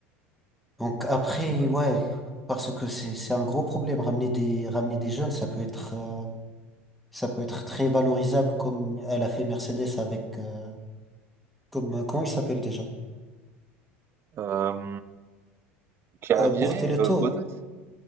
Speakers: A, in the centre; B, on the right.
A: Donc après,
B: Ouais.
A: ouais, parce que c'est, c'est un gros problème. Ramener des, ramener des jeunes, ça peut être, euh, ça peut être très valorisable comme elle a fait Mercedes avec, euh, comme, euh, comment il s'appelle déjà?
B: Hem, qui a
A: Euh, Bortoleto.
B: viré, heu, Bottas?